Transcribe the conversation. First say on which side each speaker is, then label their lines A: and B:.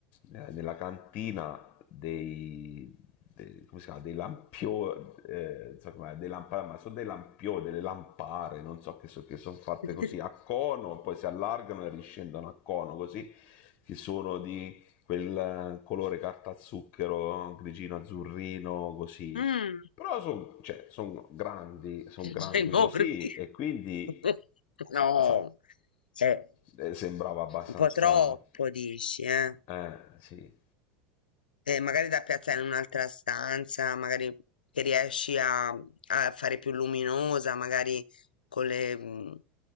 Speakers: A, on the left; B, on the left.
A: eh, nella cantina dei, dei- come si chiama, dei lampioni, non so com'è, dei lampari, ma sono dei lampioni, delle lampare, non so che, so- che sono fatte
B: <laughs>
A: così a cono, poi si allargano e riscendono a cono così, che sono di quel eh, colore carta zucchero, no? grigino, azzurrino, così.
B: Mm,
A: Però sono grandi, sono
B: <laughs>
A: grandi
B: enormi.
A: così e quindi,
B: <laughs> No,
A: eh, sai,
B: è
A: eh, sembrava abbastanza...
B: un po' troppo, dici, eh?
A: Eh, sì.
B: eh, magari da piazzare in un'altra stanza, magari che riesci a, a fare più luminosa, magari con le, mm,